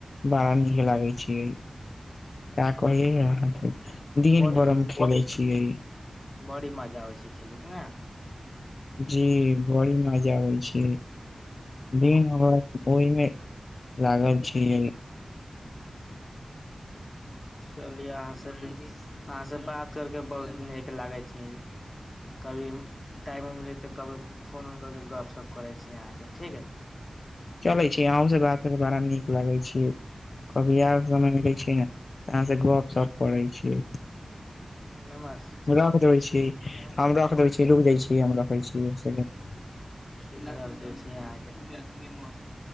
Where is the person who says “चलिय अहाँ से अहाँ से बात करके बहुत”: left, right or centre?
Left